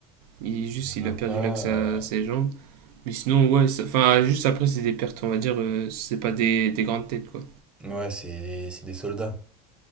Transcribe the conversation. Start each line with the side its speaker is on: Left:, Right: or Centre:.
Right: Il juste
Centre: Il
Right: il
Centre: meurt
Right: a perdu
Centre: pas.
Right: l'accès à ses jambes. Mais sinon ouais, ça- enfin juste après c'est des pertes on va dire, euh, c'est pas des, des grandes têtes quoi.
Centre: Ouais, c'est c'est des soldats.